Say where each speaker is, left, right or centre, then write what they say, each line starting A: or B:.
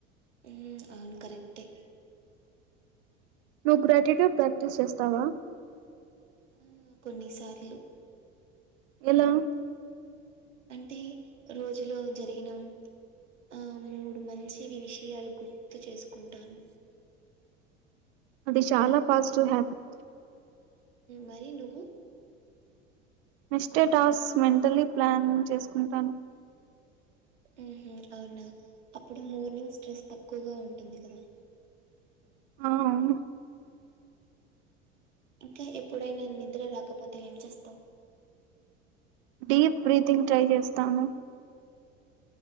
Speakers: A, on the right; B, on the right.
A: హ్మ్ అవును కరెక్టే
B: నువ్వు గ్రాటిట్యుడ్ ప్రాక్టీస్ చేస్తావా
A: హ్మ్ కొన్నిసార్లు
B: ఎలా
A: అంటే రోజులో జరిగిన ఆ మూడు మంచివి విషయాలు గుర్తు చేసుకుంటాను
B: అది చాలా పాజిటివ్ హ్యాబిట్
A: మరి నువ్వు
B: నెక్స్టే టాస్క్ మెంటల్లీ ప్లాన్ చేసుకుంటాను
A: మ్మ్ హూ అవునా అప్పుడు మోర్నింగ్ స్ట్రెస్ తక్కువగా ఉంటుంది కదా
B: ఆ అవును
A: ఇంకా ఎప్పుడైనా నిద్ర రాకపోతే ఏం చేస్తావు
B: డీప్ బ్రీతింగ్ ట్రై చేస్తాను